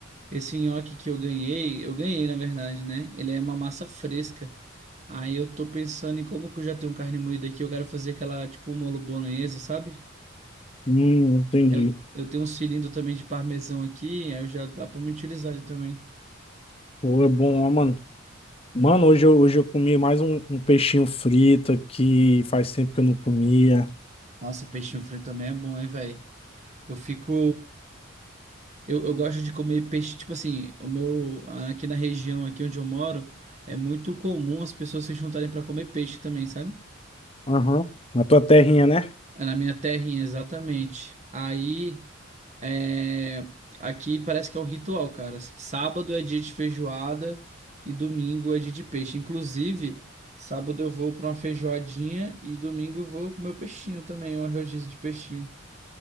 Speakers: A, on the right; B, on the left.
A: Esse nhoque que eu ganhei, eu ganhei na verdade, né? Ele é uma massa fresca. Aí eu tô pensando em como que eu já tenho carne moída aqui, eu quero fazer aquela tipo um molho bolonhesa, sabe?
B: Hum, entendi.
A: Eu, eu tenho um cilindro também de parmesão aqui, aí eu já dá pra me utilizar ele também.
B: Pô, é bom, ó, mano. Mano, hoje eu, hoje eu comi mais um, um peixinho frito que faz tempo que eu não comia.
A: Nossa, peixinho frito também é bom, hein, velho? Eu fico. Eu, eu gosto de comer peixe, tipo assim, o meu. Aqui na região, aqui onde eu moro, é muito comum as pessoas se juntarem pra comer peixe também, sabe?
B: Aham. Na tua terrinha, né?
A: É na minha terrinha, exatamente. Aí. É, aqui parece que é o ritual, cara. Assim, Sábado é dia de feijoada e domingo é dia de peixe. Inclusive, sábado eu vou para uma feijoadinha e domingo eu vou comer o peixinho também, uma rodízio de peixinho.